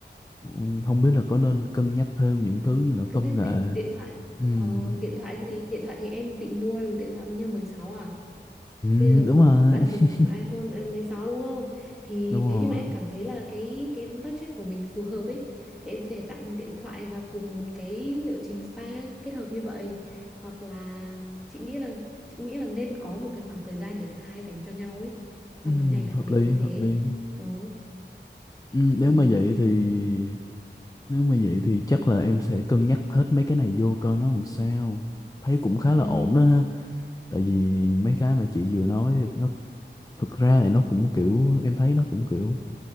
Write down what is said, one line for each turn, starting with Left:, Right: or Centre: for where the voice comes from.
Left: ừ, không biết là có nên cân nhắc thêm những thứ như là
Centre: cân
Left: công
Centre: nhắc
Left: nghệ
Centre: thêm điện thoại
Left: Ừm,
Centre: ờ điện thoại thì gì điện thoại thì em định mua là điện thoại bao nhiêu 16 à
Left: ừm,
Centre: Bây giờ
Left: đúng rồi,
Centre: bạn dùng
Left: <laughs>
Centre: iPhone 16 đúng không? Thì
Left: đúng
Centre: nếu
Left: rồi.
Centre: như mà em cảm thấy là cái cái budget của mình phù hợp ấy thì em có thể tặng điện thoại và cùng một cái liệu trình spa kết hợp như vậy. Hoặc là chị nghĩ là chị nghĩ là nên có một cái khoảng thời gian để cả hai dành cho nhau ấy trong
Left: Ừm,
Centre: cái ngày đặc
Left: hợp
Centre: biệt
Left: lý,
Centre: như
Left: hợp
Centre: thế.
Left: lý.
Centre: Đó
Left: Ừm,
Centre: thì
Left: nếu mà vậy thì nếu mà vậy thì chắc là em sẽ cân nhắc hết mấy cái này vô coi nó làm sao. Thấy cũng khá
Centre: ừm,
Left: là ổn đó ha. Tại vì mấy cái mà chị vừa nói thì nó thực ra thì nó cũng kiểu em thấy nó cũng kiểu